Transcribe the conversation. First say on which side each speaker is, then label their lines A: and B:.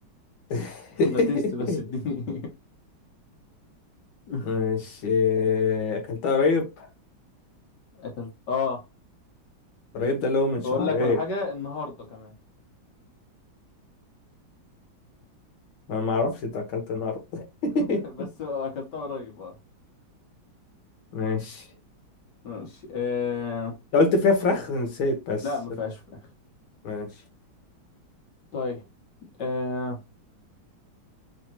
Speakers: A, on the left (about 75°); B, on the left (about 60°).
A: <laughs>
B: <laughs> باتيست بس اديني <laughs>
A: مش إيه اكلتها قريب
B: اكلت اه
A: قريب ده اللي هو من شهر
B: واقول لك
A: ايه
B: على حاجه النهارده كمان
A: انا ما اعرفش انت اكلت النهارده
B: <laughs>
A: <laughs>
B: بس اكلتها قريب اه
A: ماشي
B: ماشي آه...
A: أنت قلت فيها فراخ نسيت بس
B: لا ما فيهاش فراخ
A: ماشي
B: طيب آه...